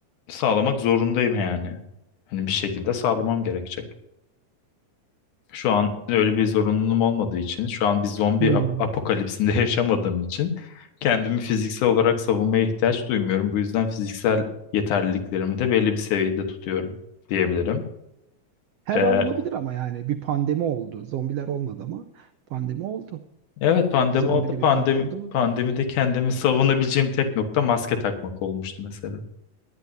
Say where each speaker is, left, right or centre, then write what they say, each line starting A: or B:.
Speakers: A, on the left; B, on the right.
A: sağlamak zorundayım yani. Hani bir şekilde sağlamam gerekecek. Şu an öyle bir zorunluluğum olmadığı için, şu an bir zombi
B: Hmm.
A: ap- apokalipsinde <laughs> yaşamadığım için kendimi fiziksel olarak savunmaya ihtiyaç duymuyorum. Bu yüzden fiziksel yeterliliklerimi de belli bir seviyede tutuyorum diyebilirim.
B: Her
A: Ee,
B: an olabilir ama yani bir pandemi oldu. Zombiler olmadı ama pandemi oldu.
A: evet pandemi
B: Zombili
A: oldu.
B: bir
A: Pandemi
B: pandemi de olabilir.
A: pandemide kendimi savunabileceğim tek nokta maske takmak olmuştu mesela.